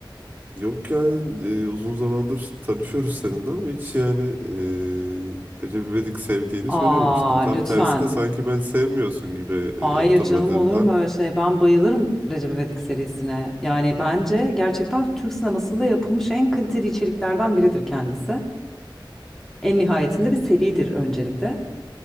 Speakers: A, on the right (about 20°); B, in the centre.
A: Yok yani e, uzun zamandır tanışıyoruz seninle ama hiç yani e, Recep İvedik sevdiğini
B: Aa,
A: söylememiştin. Tam
B: lütfen.
A: tersine sanki ben sevmiyorsun gibi
B: Hayır
A: e, hatırladığımdan.
B: canım olur mu öyle şey? Ben bayılırım Recep İvedik serisine. Yani bence gerçekten Türk sinemasında yapılmış en kaliteli içeriklerden biridir kendisi. En nihayetinde bir seridir öncelikle.